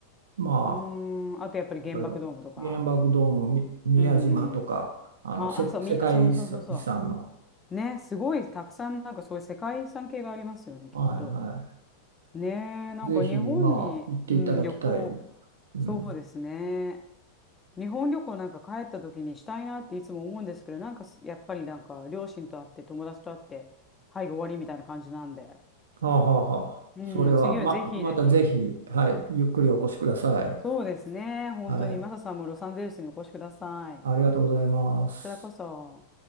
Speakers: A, on the right; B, on the left.
A: まあ
B: うーん。あとやっぱり原爆ドームとか。
A: いろいろ原爆ドームみ宮島とかあのせ世界遺産遺産の、
B: うんうん。は、あ、そう、み、そうそうそうそう。ね、すごいたくさんなんかそういう世界遺産系がありますよね、きっと。
A: はいは
B: ねえ、なんか日本に、
A: い、ぜひまあ行っていただきたい、
B: うん、旅行、
A: うん、
B: そうですね。日本旅行なんか帰った時にしたいなっていつも思うんですけど、なんかすやっぱりなんか両親と会って友達と会って、はい、終わりみたいな感じなんで。
A: はあはあはあそれはま、
B: うん、次はぜひぜひ。
A: またぜひ、はい、ゆっくりお越しください、
B: そうですね。本当に、
A: はい、
B: マサさんもロサンゼルスにお越しください。
A: ありがとうございます。
B: こちらこそ。